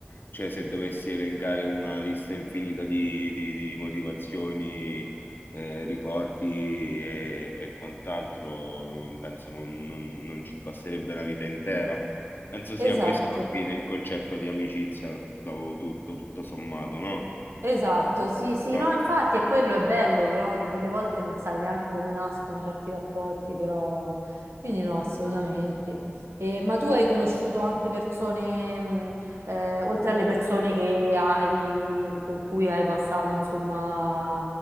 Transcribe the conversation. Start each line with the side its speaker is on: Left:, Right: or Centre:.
Left: cioè, se dovessi elencare una lista infinita di, di- di motivazioni, eh, ricordi e, e quant'altro, non- penso non, non- non ci basterebbe una vita intera. Penso
Right: Esatto.
Left: sia questo alla fine il concetto di amicizia, dopo tutto, tutto sommato, no?
Right: Esatto, sì, sì,
Left: Trovi?
Right: no, infatti è quello, è bello che, no, che delle volte non sai neanche come nascono certi rapporti, però... Quindi no, assolutamente. E- ma tu hai conosciuto anche persone, mh, eh, oltre alle persone che hai, con cui hai passato, insomma,